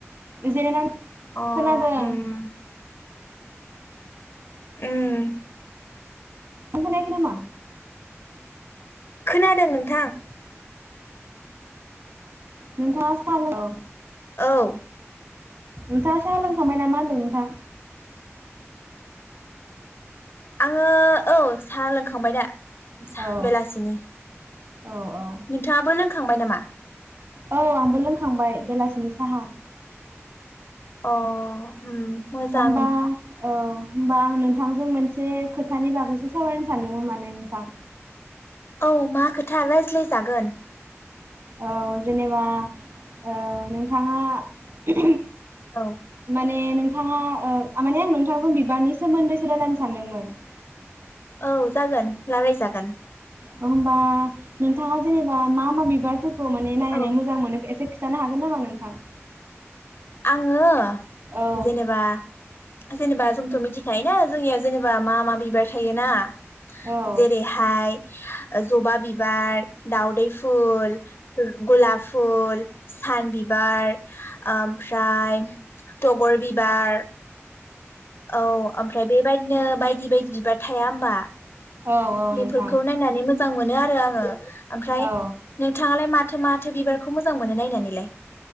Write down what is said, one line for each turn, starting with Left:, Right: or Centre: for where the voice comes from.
Right: जिरायनानै
Left: अ
Right: खोनादों
Left: ओम
Right: नों
Left: ओम
Right: खोनायाखै नामा
Left: खोनादों नोंथां।
Right: नोंथाङा सानो औ
Left: औ
Right: नोंथाङा साहा लोंखांबाय नामा होनदों नोंथां
Left: आङो औ सा लोंखांबाय दा
Right: औ
Left: बेलासिनि
Right: औ औ
Left: नोंथाङाबो लोंखांबाय नामा
Right: औ आंबो लोंखांबाय बेलासिनि साहा
Left: अ उम मोजां
Right: होमबा औ होमबा आं नोंथांजों मोनसे खोथानि बागैसो सावरायनो सानदोंमोन माने नोंथां
Left: औ मा खोथा रायज्लायजागोन
Right: औ जेनेबा ओ नोंथाङा <unintelligible>
Left: औ
Right: मान ए नोंथाङा ओ माने आं नोंथांखौ बिबारनि सोमोन्दैसो रायनो सानदोंमोन
Left: औ जागोन रालायजागोन
Right: होनबा नोंथाङा जेनेबा मा मा बिबार फोरखौ माने नायनानै
Left: औ
Right: मोजां मोनो एसे खिथानो हागोन नामा नोंथां
Left: आङो
Right: औ
Left: जेनेबा जेनेबा जोंथ' मिथिखायो ना जोंनियाव जेनेबा मा मा बिबार थायोना
Right: औ
Left: जेरैहाय जबा बिबार दउदै फुल गलाप फुल सान बिबार ओमफ्राय थगर बिबार औ ओमफ्राय बे बेबायदिनो बायदि बायदि बिबार थाया होमबा
Right: औ औ
Left: बेफोरखौ
Right: नोंथां
Left: नायनानै मोजां मोनो आरो आङो ओमफ्राय
Right: औ
Left: नोंथाङालाय माथो माथो बिबार खौ मोजां मोनो नायनानैलाय